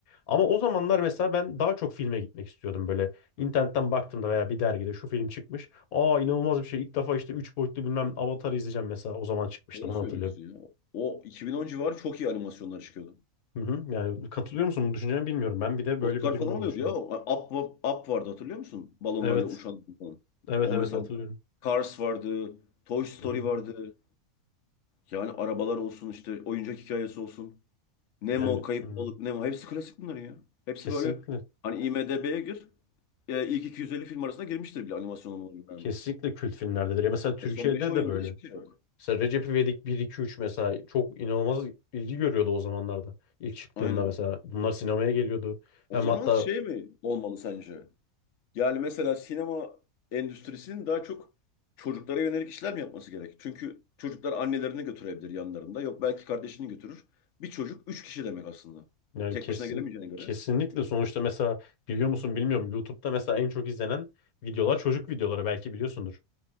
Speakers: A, on the left; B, on the left.
A: Ama o zamanlar mesela ben daha çok filme gitmek istiyordum böyle. İnternetten baktım da veya bir dergide şu film çıkmış. Aa inanılmaz bir şey. İlk defa işte 3 boyutlu bilmem Avatar izleyeceğim mesela. O zaman çıkmıştı
B: Öyle
A: onu
B: söylüyorsun
A: hatırlıyorum.
B: ya. O 2010 civarı çok iyi animasyonlar çıkıyordu.
A: Hı hı. Yani katılıyor musun bu düşüncene bilmiyorum. Ben bir de böyle
B: Oscar
A: bir durum
B: falan
A: olduğunu
B: alıyordu
A: düşünüyorum.
B: ya. Up, Up vardı hatırlıyor musun? Balonlarla
A: Evet.
B: uçan falan.
A: Evet
B: O
A: evet
B: mesela.
A: hatırlıyorum.
B: Cars vardı. Toy Story
A: Hı hı.
B: vardı. Yani arabalar olsun işte oyuncak hikayesi olsun. Nemo,
A: Yani
B: Kayıp
A: hı.
B: Balık, Nemo. Hepsi klasik bunların ya. Hepsi
A: kesinlikle
B: böyle hani IMDb'ye gir. E, ilk 250 film arasına girmiştir bile animasyon olmalarına rağmen.
A: kesinlikle kült filmlerdedir. Ya mesela Türkiye'de
B: E, son beş on
A: de
B: yıldır
A: böyle.
B: hiçbir şey yok.
A: Mesela Recep İvedik bir 2 3 mesela çok inanılmaz ilgi görüyordu o zamanlarda. İlk çıktığında
B: Aynen.
A: mesela bunlar sinemaya geliyordu.
B: O
A: Ben
B: zaman
A: hatta
B: şey mi olmalı sence? Yani mesela sinema endüstrisinin daha çok çocuklara yönelik işler mi yapması gerek? Çünkü çocuklar annelerini götürebilir yanlarında. Yok belki kardeşini götürür. Bir çocuk 3 kişi demek aslında.
A: Yani
B: Tek
A: kesin
B: başına gelemeyeceğine göre.
A: kesinlikle sonuçta mesela biliyor musun bilmiyorum YouTube'da mesela en çok izlenen videolar çocuk videoları belki biliyorsundur.